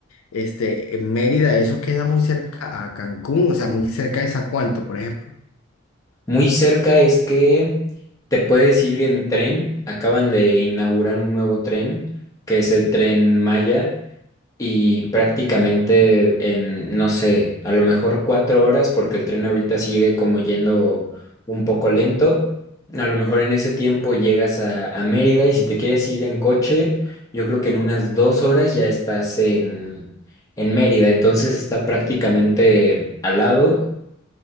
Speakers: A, on the left (about 80°); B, on the left (about 15°).
A: este, en Mérida, eso queda muy cerca a Cancún, o sea, muy cerca de Zacuanto, por ejemplo.
B: Muy cerca es que te puedes ir en tren, acaban de inaugurar un nuevo tren, que es el tren Maya y prácticamente en, no sé, a lo mejor cuatro horas, porque el tren ahorita sigue como yendo un poco lento. A lo mejor en ese tiempo llegas a, a Mérida y si te quieres ir en coche, yo creo que en unas dos horas ya estás en, en Mérida. Entonces está prácticamente al lado.